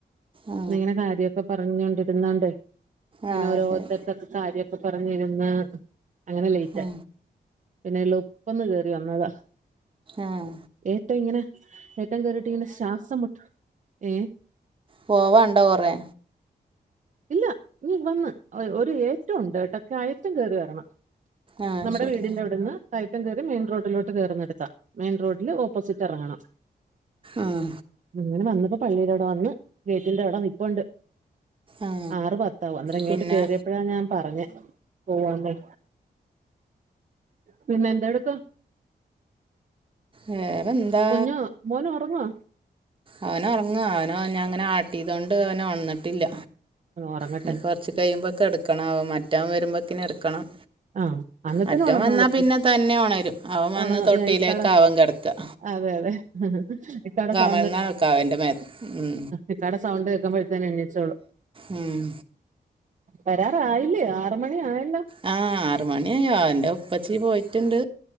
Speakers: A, on the right (about 30°); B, on the right (about 45°).
A: ആ
B: ഇന്നിങ്ങനെ കാര്യക്കെ പറഞ്ഞൊണ്ടിരുന്നോണ്ടേ ഇങ്ങനെ
A: ആ
B: ഓരോരുത്തടെത്തക്കെ
A: ശരി
B: കാര്യൊക്കെ പറഞ്ഞിരുന്ന് അങ്ങനെ ലേറ്റായി
A: ആ
B: പിന്നെ എളുപ്പന്ന് കേറി വന്നതാ.
A: ആഹ്
B: ഏറ്റം ഇങ്ങനെ ഏറ്റം കേറിട്ട് ഇങ്ങനെ ശ്വാസം മുട്ടണ് ഏഹ്
A: പോവാണ്ടോ കൊറേ
B: ഇല്ല ഇങ്ങ് വന്ന് ഒരു ഏറ്റവും ഉണ്ട് കേട്ടോ കയറ്റം കയറി വരണം
A: ആ
B: നമ്മുടെ
A: ശരി
B: വീടിന്റെ അവിടുന്ന് കയറ്റം കെറി മെയിൻ റോഡിലോട്ട് കേറു ന്നെടുത്താ മെയിൻ റോഡില് ഓപ്പോസിറ്റ് ഇതറങ്ങണം
A: ആഹ്
B: അങ്ങനെ വന്ന് ഇപ്പോ പള്ളിടെ അവിടെ വന്ന് ഗേറ്റിന്റെ അവിടെനിപ്പുണ്ട്
A: ആ
B: ആറ് പത്താവും അന്നേരം ഇങ്ങോട്ട്
A: പിന്നെ
B: കേറിയപ്പോഴാ ഞാൻ പറഞ്ഞേ പോവാന്നെ പിന്നെ എന്ത് എടുക്കുവാ
A: വേറെന്താ
B: കുഞ്ഞ് മോന് ഉറങ്ങുവാ
A: അവന് ഒറങ്ങാ അവനോ ഞാൻ ഇങ്ങനെ ആട്ടീതോണ്ട് അവന് ഒണ്ന്നിട്ടില്ല
B: ഉറങ്ങട്ടെ
A: ഇനി കുറച്ച് കഴിയുമ്പക്കെ എടുക്കണം മറ്റവൻ വരുമ്പക്കിന് എടുക്കണം
B: ആഹ് അന്നത്തിന്
A: മറ്റോൻ
B: ഉണന്നോളും
A: വന്നാ പിന്നെ തന്നെ ഉണരും അവൻ വന്ന്
B: ഉണ
A: തൊട്ടിയിലേക്കാ
B: ഇക്കാട
A: അവൻ കെടത്താ
B: അതെ അതെ ഇക്കാടെ സൗ
A: മരുന്ന് വെക്കാ അവന്റെ മേത്തു ഉ
B: ഇക്കാടെ സൗണ്ട് കേൾക്കുമ്പോഴ ത്തേന്ന് എണ്ണിച്ചോളും
A: ഉം.
B: വരാറായില്ലേ ആറ് മണി ആയല്ലോ
A: ആ ആറ്മണിയായി അവന്റെ ഉപ്പച്ചി പോയിട്ടുണ്ട്